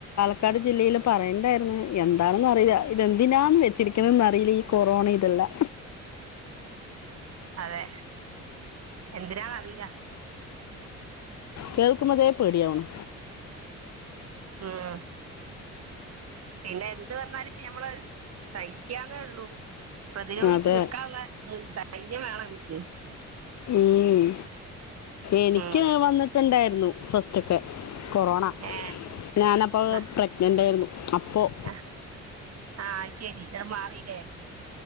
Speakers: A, on the left; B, on the right.
A: ക്കാട് ജില്ലയിൽ പറയെണ്ടായിരുന്നു എന്താണെന്ന് അറയില്ല ഇതെ ന്തിനാണ് വെച്ചിരിക്കണതന്ന് അറിയില്ല ഈ കൊറോണേം ഇതെല്ലാം
B: അതെ എന്തിനാന്ന് അറിയില്ല.
A: കേൾക്കുമ്പോതേ പേടിയാവണ്.
B: മ്മ് ആഹ്. പിന്നെ എന്ത് വന്നാല് ഞമ്മള് സഹിക്കാന്നേ ഉള്ളൂ. പ്രതിരോധിച്ച്
A: അതെ
B: നിക്കാനുള്ള ഇ ഇതായി. വേണം അൻക്ക്
A: ഉം. എനിക്ക്
B: ഉം
A: വന്നിട്ടുണ്ടായിരു രുന്നു ഫസ്റ്റൊക്കെ കൊറോണ
B: ഏ
A: ഞാനപ്പോ
B: ന്നാ,
A: പ്രഗ്നന്റ് ആയിരുന്നു. അപ്പോൾ
B: ആ ആഹ് ശരി മാറി. ല്ലേ?